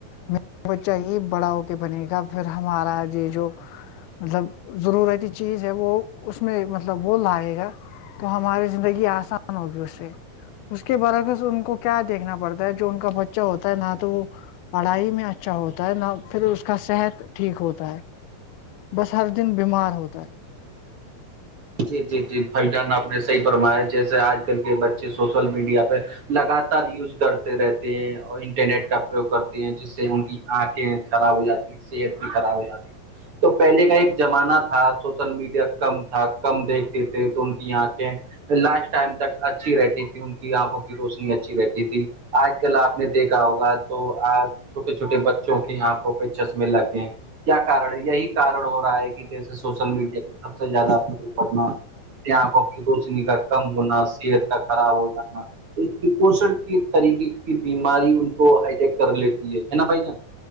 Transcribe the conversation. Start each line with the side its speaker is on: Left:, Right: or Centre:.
Left: میر بچہ یہ بڑا ہو کے بنے گا پھر ہمارا یہ جو مطلب ضرورتی چیز ہے وہ اس میں مطلب وہ لائے گا تو ہماری زندگی آسان ہوگی اس سے اس کے برعکس ان کو کیا دیکھنا پڑتا ہے جو ان کا بچہ ہوتا ہے نہ تو وہ پڑھائی میں اچھا ہوتا ہے نہ پھر اس کا صحت ٹھیک ہوتا ہے بس ہر دن بیمار ہوتا ہے
Right: جی جی جی بھائی ڈان آپ نے صحیح فرمایا جیسے آج کل کے بچے سوشل میڈیا پہ لگاتار یوز کرتے رہتے ہیں اور انٹرنیٹ کا پریوگ کرتے ہیں جس اس سے ان کی آنکھیں خراب ہو جاتی صحت بھی خراب ہو جاتی ہے تو پہلے کا ایک زمانہ تھا سوشل میڈیا کم تھا کم دیکھتے تھے تو ان کی آنکھیں لافٹ ٹائم تک اچھی رہتی تھی ان کی آنکھوں کی روشنی اچھی رہتی تھی آج کل آپ نے دیکھا ہوگا تو آج چھوٹے چھوٹے بچوں کی آنکھوں پہ چشمے لگ گئے کیا کارن ہے یہی کارن ہو رہا ہے کہ جیسے سوشل میڈیا پ سب سے زیادہ اپنا کی روشنی کا کم ہونا صحت کا خراب ہو جانا ایک کپوش کے طریقے کی بیماری ان کو ہائیٹیک کر لیتی ہے نا بھائی نا